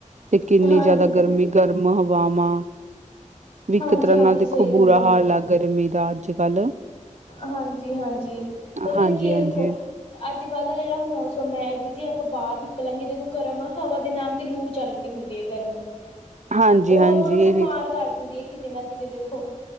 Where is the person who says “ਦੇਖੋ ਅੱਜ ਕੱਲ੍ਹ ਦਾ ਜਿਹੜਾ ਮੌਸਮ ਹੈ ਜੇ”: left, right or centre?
Left